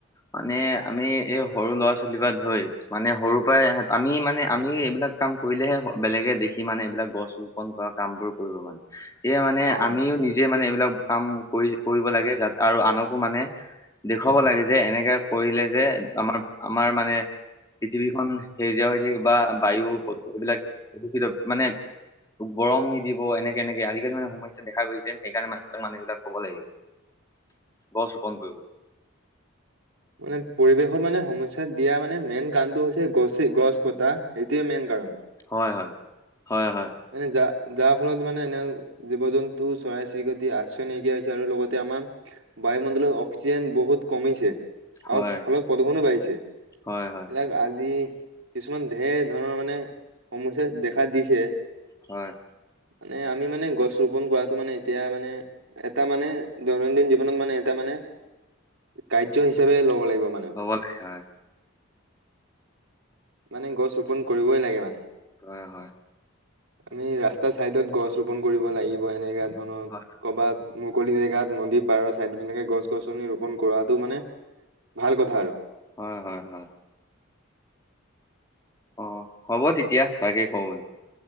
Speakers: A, on the left (about 15°); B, on the right (about 75°).
A: মানে আমি এই সৰু ল'ৰা ছোৱালী পৰা ধৰি মানে সৰুৰ পৰাই আমি মানে আমি এইবিলাক কাম কৰিলেহে বেলেগে দেখি মানে এইবিলাক গছ ৰোপন কৰা কাম বোৰ কৰিব মানে সে মানে
B: অ
A: আমিও নিজে মানে এইবিলাক কাম কৰি কৰিব লাগে আৰু আনকো মানে দেখুৱাব লাগে যে এনেকে কৰিলে যে আমাৰ আমাৰ মানে পৃথিৱীখন সেউজীয়া হৈ থাকিব বা বায়ু প্ৰদূষ এইবিলাক প্ৰদূষিত মানে গৰম নিদিব এনেকে এনেকে আজিকালি মানে সমস্যা দেখা গৈছেন সেইকাৰণে মানুহবিলাক ক'ব লাগিব। গছ ৰোপণ কৰিবলৈ
B: মানে পৰিৱেশত মানে সমস্যা দিয়া মানে মেইন কাৰণটো হৈছে গছ গছ কটা সেইটোয়ে মেইন কাৰণ
A: হয় হয় হয় হয়
B: এনে যা যাৰ ফলত মানে এনে জীৱ জন্তু চৰাই চিৰিকতি আশ্ৰয় নাইকিয়া হৈছে আৰু লগতে আমাৰ বায়ুমণ্ডলত অক্সিজেন বহুত কমিছে
A: হয়
B: আৰু ফলত প্ৰদূষনো বাঢ়িছে এইবিলাক
A: হয় হয়
B: আদি কিছুমান ঢেৰ ধৰণৰ মানে সমসা দেখা দিছে।
A: হয়।
B: মানে আমি মানে গছ ৰোপন কৰাটো মানে এতিয়া মানে এটা মানে দৈনন্দিন জীৱনত মানে এটা মানে কাৰ্য হিচাপে ল'ব লাগিব মানে
A: <inaudible> হয়।
B: মানে গছ ৰোপন কৰিবই লাগে মানে।
A: হয় হয়।
B: আমি ৰাস্তা চাইডত গছ ৰোপন কৰিব লাগিব এনেকা ধৰণত
A: হয়,
B: কৰবাত। মুকলি জেগাত নদী পাৰৰ চাইডত তেনেকে গছ গছনি ৰোপন কৰাটো মানে ভাল কথা আৰু
A: হয় হয় হয়। অ', হ'ব তেতিয়া তাকে কওঁ